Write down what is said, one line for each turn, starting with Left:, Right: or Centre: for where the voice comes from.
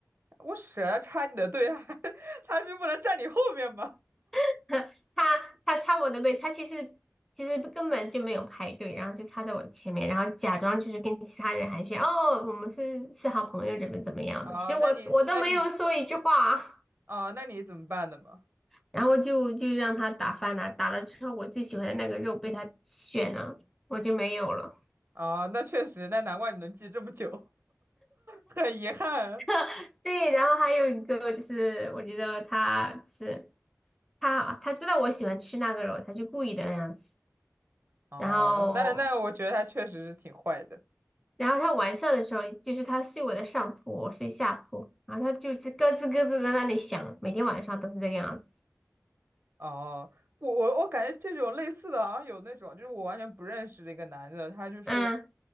Right: 我舍得插你的队啊，还 <laughs> 他就不能站你后面吗？
Centre: <laughs> 他他插我的位，他其实其实根本就没有排队，然后就插在我前面，然后假装就是跟其他人寒暄，哦，我们是是好朋友，怎么怎么样的，
Right: 啊，
Centre: 其实我我都没有说一句话。
Right: 那你那你啊，那你怎么办的嘛？
Centre: 然后就就让他打饭了，打了之后我最喜欢的那个肉被他选了，我就没有了。
Right: 啊，那确实，那难怪你能记这么久，<laughs> 很遗憾。
Centre: <laughs> 对，然后还有一个就是我觉得他是他他知道我喜欢吃那个肉，他就故意的那样子。
Right: 哦，
Centre: 然后
Right: 那那我觉得他确实是挺坏的。
Centre: 然后他晚上的时候，就是他睡我的上铺，我睡下铺，然后他就是咯吱咯吱地在那里响，每天晚上都是这个样子。
Right: 哦，我我我感觉这种类似的，好像有那种，就是我完全不认识的一个男的，他就是
Centre: 嗯